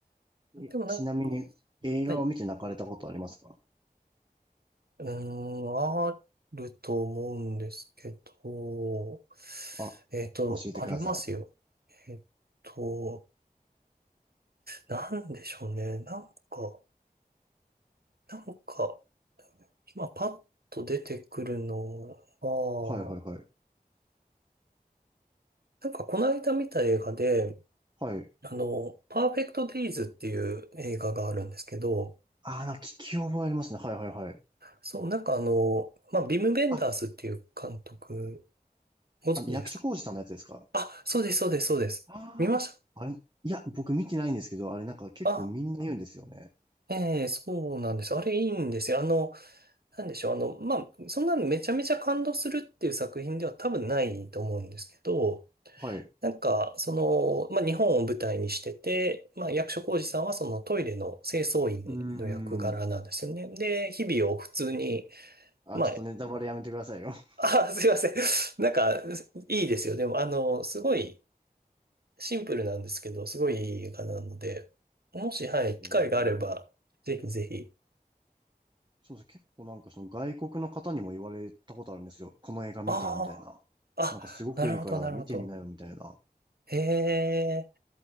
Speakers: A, on the right (about 30°); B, on the right (about 80°).
A: えちなみに映画を見て泣かれたことありますか
B: でもなんか、はい。うーん、あると思うんですけど、
A: あ、
B: えっと、
A: 教えてください。
B: ありますよ。えっと、なんでしょうね。なんか、なんか、今パッと出てくるのは、
A: はいはいはい。
B: なんかこの間見た映画で、
A: はい。
B: あの、パーフェクトデイズっていう映画があるんですけど、
A: あー、なんか聞き覚えありますね。はいはいはい。
B: そう、なんかあの、まあ、ビム・ベンダースっていう監督、
A: あ、
B: ご存知ですか
A: あの、役所広司さんのやつですか
B: あ、そうです、そうです、そうです。
A: ああ、
B: 見ました
A: あれ、いや、僕見てないんですけど、あれなんか結構みんな言うんですよね。
B: あ、ええそうなんです。あれいいんですよ。あの、なんでしょう。あの、まあ、そんなのめちゃめちゃ感動するっていう作品では多分ないと思うんですけど、
A: はい。う
B: なんか、その、まあ、日本を舞台にしてて、まあ、役所広司さんはそのトイレの清掃員の役柄なんですよね。
A: ーん。
B: で、日々を普通に、
A: あ、
B: ま
A: ちょっとネタバレやめてくださいよ。<laughs>
B: あ、あ、すいません。<laughs> なんか、いいですよ。でも、あの、すごいシンプルなんですけど、すごいいい映画なので、もし、はい、
A: ええ
B: 機会があれば、ぜひぜひ。
A: そうですね。結構なんかその外国の方にも言われたことあるんですよ。この映画見たみたいな。
B: ああ、
A: なんかすごくいいから見てみなよみたいな。
B: あ、なるほど、なるほど。へえ。